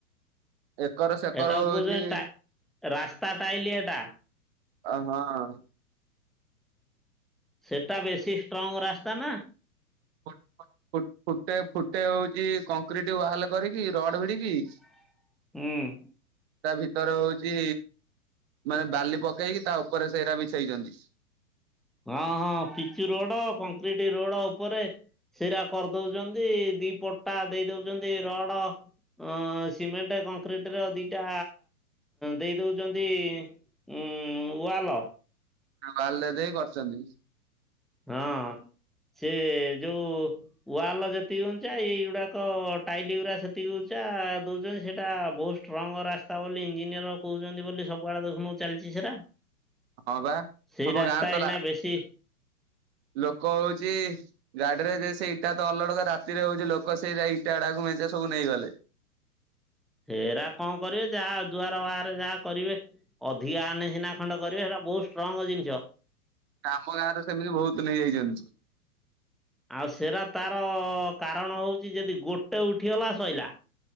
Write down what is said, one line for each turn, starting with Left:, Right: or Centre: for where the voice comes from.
Right: ଏକର ସେକର
Centre: ହେଟାକୁ
Right: ହଉଚି।
Centre: କହୁଛନ୍ତି ଟା ରାସ୍ତା ଟାଇଲି ଏଟା
Right: ଅ ହଁ।
Centre: ସେଟା ବେଶୀ ଷ୍ଟ୍ରଙ୍ଗ ରାସ୍ତା ନା।
Right: ଫୁ- ଫୁ -ଫୁ- ଫୁଟେ, ଫୁଟେ ହଉଛି କଂକ୍ରିଟ ୱାଲ କରିକି ରଡ ଭିଡ଼ିକି
Centre: ହୁଁ
Right: ତା ଭିତର ହଉଛି ମାନେ ବାଲି ପକେଇକି ତା ଉପରେ ସେଇରା ବିଛେଇଛନ୍ତି।
Centre: ହଁ ହଁ ପିଚୁ ରୋଡ କଂକ୍ରିଟ ରୋଡ ଉପରେ ସେଇରା କରିଦଉଛନ୍ତି ଦି ପଟା ଦେଇ ଦଉଚନ୍ତି ରଡ ଅ ସିମେଣ୍ଟ କଂକ୍ରିଟ ର ଦିଟା ଦେଇ ଦଉଚନ୍ତି। ଉୁଁ ୱାଲ।
Right: ୱାଲ ଦେଇ କରିଚନ୍ତି।
Centre: ହଁ ସେ ଯୋଉ ୱାଲ ଯେତିକି ଉଞ୍ଚା ଏଇଗୁଡାକ ଟାଇଲି ଗୁରା ସେତିକି ଉଞ୍ଚା ଦଉଛନ୍ତି ସେଟା ବୋଷ୍ଟ ଷ୍ଟ୍ରଙ୍ଗ ରାସ୍ତା ବୋଲି ଇଞ୍ଜିନିୟର କହୁଛନ୍ତି ବୋଲି ସବୁଆଡେ ଦେଖୁନୁ ଚାଲିଛି ସେରା।
Right: ହଁ ବା
Centre: ସେଇ
Right: ତମ
Centre: ରାସ୍ତା
Right: ଗାଁ ତ
Centre: ଏଇନା
Right: ରା
Centre: ବେଶୀ
Right: ଲୋକ ହଉଛି ଗାଡିରେ ଯେ ସେଇ ଏଇଟା ତ ଅଲୋଡ କରି ରାତିରେ ହଉଛି ଲୋକ ସେଇଟା ଇଟା ଆଡାକୁ ମେଞ୍ଚେ ସବୁ ନେଇଗଲେ।
Centre: ହେରା କଣ କରିବେ ଯାହା ଦୁଆର ବାହାରେ ଯାହା କରିବେ। ଅଧିକା ଆନେ ସିନା ଖଣ୍ଡେ କରିବେ ସେଟା ବହୁତ ଷ୍ଟ୍ରଙ୍ଗ ଜିନିଷ।
Right: ଆମ ଗାଁ ରେ ସେମିତି ବହୁତ ନେଇଯାଇଛନ୍ତି।
Centre: ଆଉ ସେରା ତାର କାରଣ ହଉଛି ଯଦି ଗୋଟେ ଉଠିଗଲା ସଇଲା।